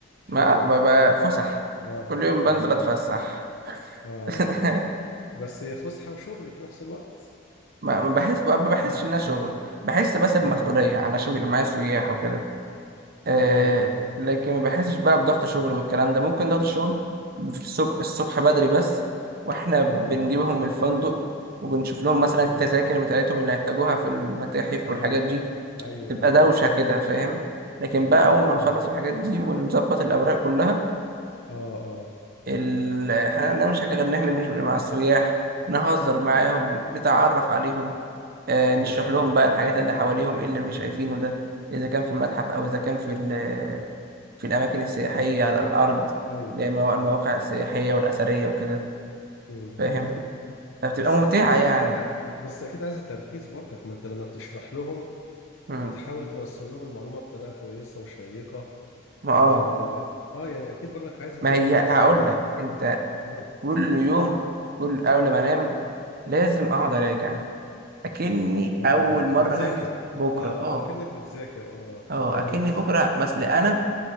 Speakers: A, on the left; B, on the right.
A: حلوة
B: ما ببقى فسح
A: آه
B: كل يوم بنزل
A: الله
B: اتفسح
A: آه
B: <laughs>
A: بس هي فسحة وشغل في نفس الوقت
B: ما ما بحس ما بحسش
A: آه
B: انها شغل
A: آه
B: بحس بس بمسؤوليه
A: آه
B: علشان بيبقى معايا سياح وكده آه
A: تمام آه
B: لكن ما بحسش بقى بضغط شغل والكلام ده ممكن ضغط الشغل في الصبح الصبح بدري بس واحنا بنجيبهم
A: آه
B: من الفندق وبنشوف لهم مثلا
A: آه
B: التذاكر بتاعتهم اللي هيحتاجوها في المتاحف
A: أيوه
B: والحاجات دي
A: أيوه
B: تبقى
A: أيوه
B: دوشة كده فاهم لكن بقى أول ما نخلص
A: آه
B: الحاجات دي ونظبط الأوراق كلها
A: آه آه
B: ال... احنا عندنا مش غير إن احنا نمشي مع السياح نهزر معاهم نتعرف عليهم آه نشرح
A: آه
B: لهم
A: آه
B: بقى الحاجات اللي حواليهم ايه اللي مش شايفينه ده إذا كان في المتحف أو إذا كان في ال في الأماكن السياحية على الأرض
A: أيوه
B: اللي هي الموا-
A: أيوه
B: المواقع السياحية والأثرية وكده
A: مم.
B: فاهم فبتبقى
A: بس
B: ممتعة
A: أكيد عايز
B: يعني
A: ع- بس أكيد عايز تركيز برضك ما أنت لما بتشرح لهم
B: مم.
A: بتحاول توصل لهم المعلومة بطريقة كويسة وشيقة
B: ما
A: اه,
B: اه
A: آه يعني اكيد برضك عايزة
B: ما
A: تركيز
B: هي هقول
A: يعني
B: لك أنت
A: اه
B: كل يوم كل قبل ما أنام لازم أقعد أراجع أكني
A: اه
B: أول مرة
A: بتذاكر
B: هنزل بكرة
A: اه
B: اه
A: اكنك بتذاكر اه طب
B: اه
A: كويس
B: أكني بكرة مثل أنا